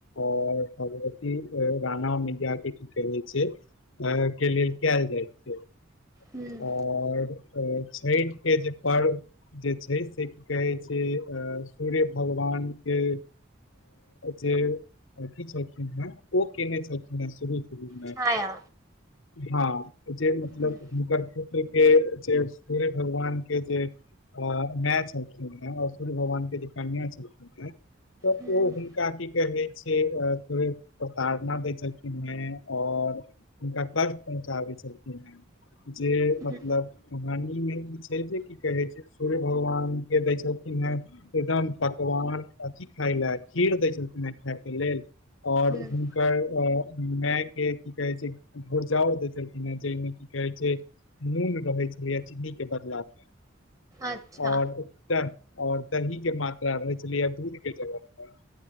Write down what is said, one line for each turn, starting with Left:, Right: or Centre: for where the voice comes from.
Left: ओर भगवती रणा मैया के की कहै छै। अ क लेल आ जाइ छै।
Right: हूँ
Left: आओर। छठि के जे पर्व जे छै से की कहै छै, सूर्य भगवान के जे अथी छलखिन हेँ, ओ केने छलखिन हेँ शुरू। हमे।
Right: छाया
Left: हाँ। जे मतलब
Right: हूँ
Left: हुनकर। के जे सूर्य भगवान के जे मैय छलखिन हे, और सूर्य भगवान के जे कनिया छलखिन हे। तऽ
Right: हूँ
Left: ओ हुनका की कहे। से थोड़े प्रताड़ना दै छलखिन हैं, और हुनका कष्ट पहुँचाबै छलखिन हैं। जे मतलब।
Right: हूँ
Left: मानी में ई छै जे की कहै छै, सूर्य भगवान के दै छलखिन हे एकदम पकवान अथी खाय लए खीर दै छलखिन हे खायके लेल। आओर
Right: हूँ
Left: हुनकर अ। माय के की कहै छै, घुुरझौर देय छलखिन हे जाहिमें की कहै छै। नून रहै छै या चीनी के बदलाव में।
Right: अच्छा
Left: आओर त। और दही के मात्रा रहै छलैहे, दूध के जगह पर।